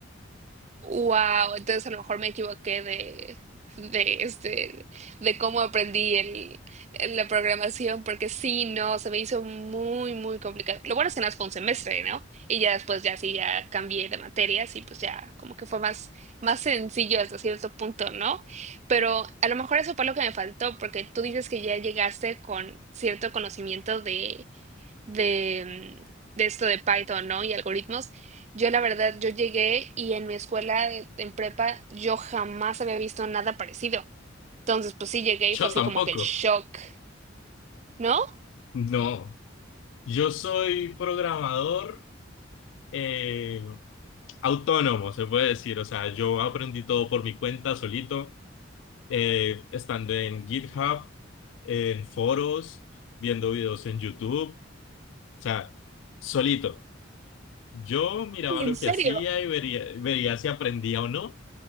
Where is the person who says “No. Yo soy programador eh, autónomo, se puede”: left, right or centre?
Left